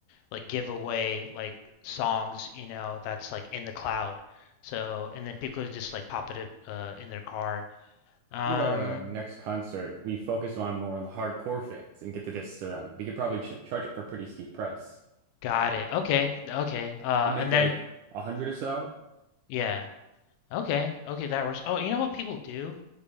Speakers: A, on the left (about 80°); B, on the right (about 75°).
A: like give away like songs, you know, that's like in the cloud. So and then people could just like pop it up, uh in their car. Um,
B: Get our uh, next concert, we focus on more on the hardcore fans and get the discs to them. We could probably ch charge it for a pretty steep price.
A: got it. Okay. Okay. Uh,
B: We make
A: and
B: like
A: then
B: a hundred or so.
A: yeah. Okay. Okay, that works. Oh, you know what people do?